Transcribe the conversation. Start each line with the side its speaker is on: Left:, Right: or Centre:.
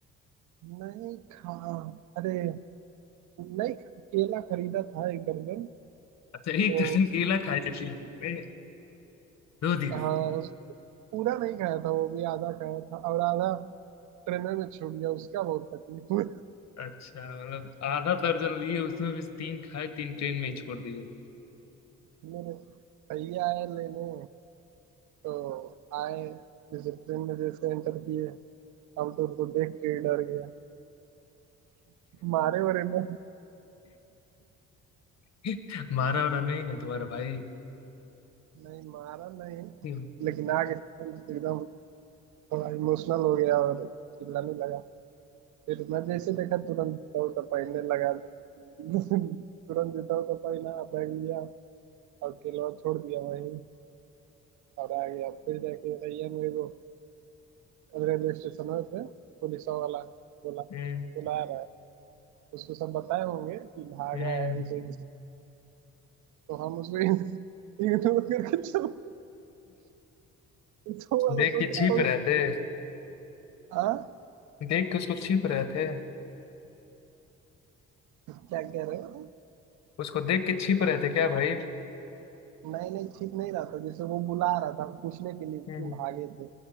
Right: नहीं खा अरे नहीं केला खरीदा था एक दर्जन
Left: अच्छा एक
Right: तो
Left: दर्जन केला खाए थे तीन दिन में दो दिन
Right: हाँ
Left: में।
Right: पूरा नहीं खाया था वो भी आधा खाया था और आधा ट्रेन में छूट गया उसका बहुत तकलीफ हुई
Left: अच्छा मतलब आधा दर्जन लिए उसमें भी तीन खाए तीन ट्रेन में ही छोड़ दिए
Right: मेरे भैया आए लेने तो आए जैसे ट्रेन में जैसे एंटर किए हम तो उनको देख के ही डर गया मारे वरे ना
Left: <laughs> मारा वारा नहीं ना तुम्हारा भाई
Right: नहीं मारा नहीं
Left: हम्म
Right: लेकिन आगे एकदम थोड़ा इमोशनल हो गया और चिल्लाने लगा फिर मैं जैसे देखा तुरंत जूता उता पहनने लगा <laughs> तुरंत जूता उता पहना बैग लिया और केलवा छोड़ दिया वहीं और आ गया फिर जाके रैया में वो रेलवे स्टेशन है पे पुलिस वाला बोला
Left: हम्म
Right: बुला रहा है उसको सब बताए होंगे कि भागा
Left: हम्म।
Right: है इस वजह से तो हम उसको इग्नोर करके चल तो वाला
Left: देख
Right: सोच
Left: के छिप
Right: रहा होगा
Left: रहे थे
Right: हाँ
Left: देख के उसको छिप रहे थे
Right: क्या कह रहे हो
Left: उसको देख के छिप रहे थे क्या भाई
Right: नहीं नहीं ठीक नहीं रहा था जैसे वो बुला रहा था पूछने के लिए क्यों
Left: हम्म,
Right: भागे थे